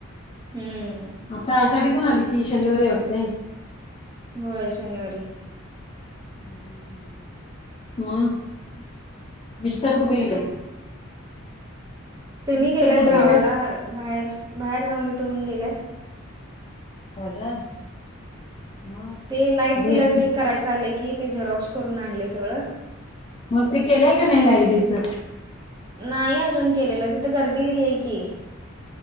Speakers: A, on the right; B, on the left.
A: हम्म.
B: आता आषाढी पण आली की शनिवारी आवडते.
A: होय शनिवारी
B: ह् ह्् मग विस्तार कुठे
A: मग
B: गेले.
A: तनी
B: मिस्टर
A: गेल्यात
B: कुठे
A: गावाला
B: गेलेत
A: बाहेर बाहेर जाऊन येतो म्हणून गेल्यात.
B: हो काय? मग
A: ते लाईट
B: आता
A: बिलाच
B: एकटीच
A: एक करायच आलंय की ते झेरॉक्स करून आणले सगळं.
B: मग ते केलंय का नाही लायब्रीचं.
A: नाही अजून केलेलं तिथं गर्दीला येई की